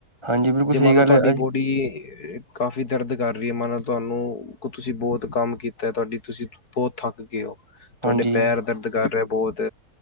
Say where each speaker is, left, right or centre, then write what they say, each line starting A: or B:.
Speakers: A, on the right; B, on the left.
A: ਹਾਂਜੀ ਬਿਲਕੁਲ
B: ਜੇ
A: ਸਹੀ
B: ਮੰਨ ਲਓ
A: ਗੱਲ
B: ਤੁਹਾਡੀ
A: ਹੈ
B: ਬੋਡੀ। ਕਾਫ਼ੀ ਦਰਦ ਕਰ ਰਹੀ ਹੈ ਮਨ ਲੋ, ਤੁਹਾਨੂੰ ਤੁਸੀਂ ਬਹੁਤ ਕੰਮ ਕੀਤਾ ਤੁਹਾਡੀ ਤੁਸੀਂ। ਬਹੁਤ ਥੱਕ ਗਏ ਹੋ ਉਹ ਤੁਹਾਡੇ
A: ਹਾਂਜੀ
B: ਪੈਰ ਦਰਦ ਕਰ ਰਿਹਾ ਬਹੁਤ